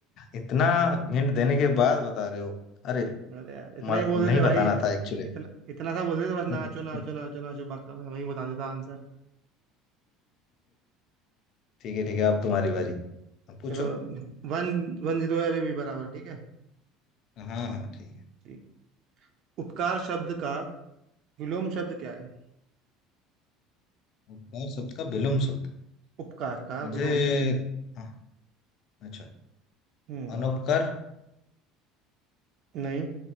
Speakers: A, on the left; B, on the right.
A: इतना हिंट देने के बाद बता रहे हो अरे
B: अरे यार इतना
A: म-
B: ही बोल देते
A: नहीं
B: भाई
A: बताना था एक्चुअली
B: इतना इतना सा बोल देते बस नाचो
A: <laughs>
B: नाचो नाचो नाचो बाकी मैं वही बता देता आंसर
A: ठीक है ठीक है अब तुम्हारी बारी अब पूछो
B: चलो वन वन जीरो है अभी भी बराबर ठीक है
A: हाँ हाँ हाँ, ठीक है
B: ठीक उपकार शब्द का विलोम शब्द क्या है
A: उपकार शब्द का विलोम शब्द
B: उपकार का
A: मुझे
B: विलोम शब्द
A: हाँ, अच्छा
B: हम्म
A: अनउपकार
B: नहीं